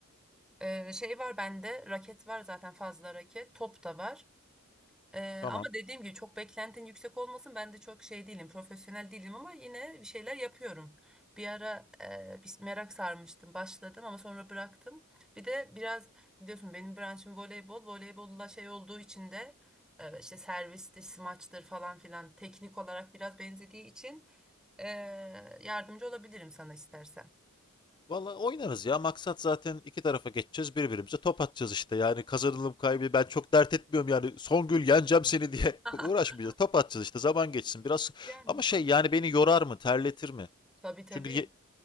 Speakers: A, in the centre; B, on the left.
A: Ee, şey var bende raket var zaten fazla raket. Top da var. Ee,
B: Tamam.
A: ama dediğim gibi çok beklentin yüksek olmasın. Ben de çok şey değilim, profesyonel değilim ama yine bir şeyler yapıyorum. Bir ara e, bir merak sarmıştım, başladım ama sonra bıraktım. Bir de biraz biliyorsun benim branşım voleybol. Voleybolla şey olduğu için de e, işte servistir, smaçtır falan filan teknik olarak biraz benzediği için e, yardımcı olabilirim sana istersen.
B: Valla oynarız ya. Maksat zaten iki tarafa geçeceğiz. Birbirimize top atacağız işte. Yani kazanılım kaybı ben çok dert etmiyorum yani. Songül yeneceğim seni diye
A: <laughs>
B: <laughs> uğraşmayacağız. Top atacağız işte. Zaman geçsin biraz.
A: Yani.
B: Ama şey yani beni yorar mı? Terletir mi?
A: Tabii tabii
B: Çünkü ye-